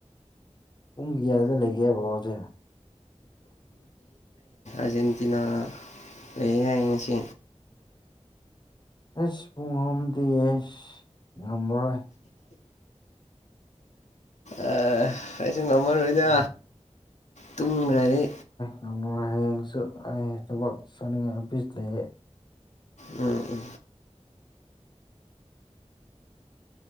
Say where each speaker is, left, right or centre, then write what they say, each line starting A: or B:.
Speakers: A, on the left; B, on the left.
A: ꯄꯨꯡ ꯀꯌꯥꯗ ꯂꯩꯒꯦ ꯕꯣꯜꯁꯦ
B: ꯑꯔꯖꯦꯟꯇꯤꯅꯥ ꯂꯩ ꯍꯥꯏ ꯉꯥꯁꯤ
A: ꯑꯦꯁ ꯄꯨꯡ ꯑꯍꯨꯝꯗꯤ ꯑꯦꯁ ꯉꯝꯃꯔꯣꯏ
B: ꯑ ꯑꯩꯁꯨ ꯉꯝꯃꯔꯣꯏꯗ
A: ꯑ,
B: ꯇꯨꯝꯈ꯭ꯔꯗꯤ
A: ꯉꯥꯝꯃꯔꯣꯢ ꯍꯌꯦꯡꯁꯨ ꯑꯩ ꯊꯕꯛ ꯆꯠꯅꯤꯡꯉꯥꯏ ꯑꯣꯐꯤꯁ ꯂꯩꯌꯦ
B: ꯎꯝ ꯎꯝ